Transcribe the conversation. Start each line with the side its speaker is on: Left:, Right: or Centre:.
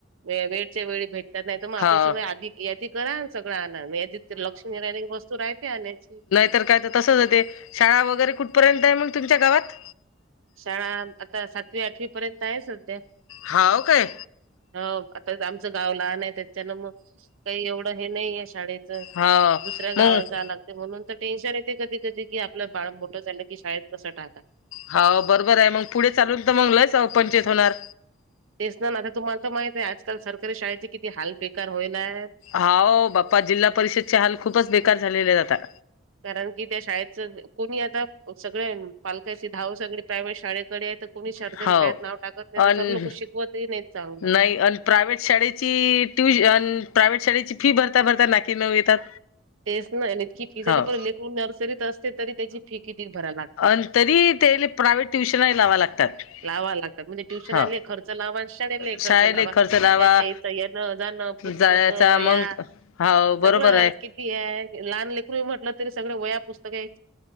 Right: वेळच्या वेळी भेटतात नाही तर मग आपलं
Left: हाव
Right: सगळं आधी यादी करा सगळं आणा या ते लक्ष नाय राहिलं की वस्तू राहते आणायची.
Left: तर काय तर तसंच होते शाळा वगैरे कुठपर्यंत आहे मग तुमच्या गावात
Right: शाळा आता सातवी आठवी पर्यंत आहे सध्या
Left: हाव काय
Right: ह आता आमचं गाव लहान आहे त्याच्यान मग काही एवढं हे नाही आहे शाळेत
Left: हा
Right: दुसऱ्या
Left: मग
Right: गावावर जाला ते म्हणून तर टेन्शन येते कधी कधी की आपलं बाळ मोठं झालं की शाळेत कसं टाका
Left: हो बरोबर आहे मग पुढे चालून तर मग लच पंचायत होणार.
Right: तेच ना नाता तुम्हाला तर माहित आहे आजकाल सरकारी शाळेचे किती हाल बेकार होईल आहे.
Left: हा बाप्पा जिल्हा परिषद चे हाल खूपच बेकार झालेले आता
Right: कारण की त्या शाळेच कोणी आता सगळ पालकाची धाव सगळे प्रायवे्ट शाळेकडे आहेत. कोणी सरकारी
Left: हाव
Right: शाळेत नाव टाकत नाही
Left: अन
Right: तर सर लोक शिकवतही नाही चांगलं
Left: नाही अ प्रायव्हेट शाळेची ट्यूशन प्रायव्हेट शाळेची फी भरता भरता नाकी नव येतात.
Right: तेच नाही इतकी फी झाली
Left: हाव
Right: लेकरु नर्सरीत असते तरी त्याची फी किती भरायला लाग
Left: अन् तरी ते प्रायव्हेट ट्युशनही लावावे लागतात.
Right: लावा लागतात म्हणजे ट्युशनला
Left: हा
Right: खर्च लावा आणि शाळेला
Left: शाळेले
Right: खर्च लावा
Left: खर्च लावा
Right: त्या येणं, जाण, पुस्तक,
Left: जायचा
Right: वया
Left: मग हाव बरोबर
Right: सगळं
Left: आहे
Right: कि लहान लेकरू आहे म्हटलं तरी सगळे वया पुस्तक आहे.